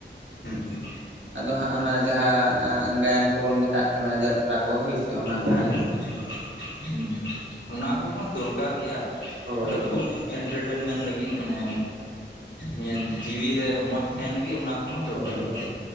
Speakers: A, on the left (about 80°); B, on the right (about 85°).
A: ᱦᱩᱸ ᱦᱩᱸ
B: ᱟᱫᱚ ᱦᱟᱸᱜ ᱚᱱᱟ ᱡᱟᱦᱟᱸ ᱜᱟᱭᱟᱱ ᱠᱚ ᱵᱚᱱ ᱢᱮᱛᱟᱜ ᱠᱟᱱᱟ ᱡᱟᱛᱨᱟ ᱠᱚ ᱦᱳᱭ ᱚᱱᱟ ᱠᱚᱜᱮ
A: ᱦᱮᱸ ᱦᱮᱸ ᱦᱩᱸ ᱚᱱᱟ ᱠᱚᱦᱚᱸ ᱫᱚᱨᱠᱟᱨ ᱜᱮᱭᱟ
B: ᱦᱳᱭ
A: ᱟᱫᱚ
B: ᱦᱳᱭ
A: ᱠᱷᱩᱵ ᱮᱱᱴᱟᱨᱴᱮᱱᱢᱮᱱᱴ ᱞᱟᱹᱜᱤᱫ ᱢᱟᱱᱮ ᱱᱤᱭᱟᱹ ᱡᱤᱣᱤ ᱨᱮ ᱢᱚᱸᱡᱽ ᱛᱟᱦᱮᱱ ᱞᱟᱹᱜᱤᱫ ᱚᱱᱟ ᱠᱚᱦᱚᱸ ᱫᱚᱨᱠᱟᱨ
B: ᱦᱳᱭ ᱦᱳᱭ
A: ᱜᱮᱭᱟ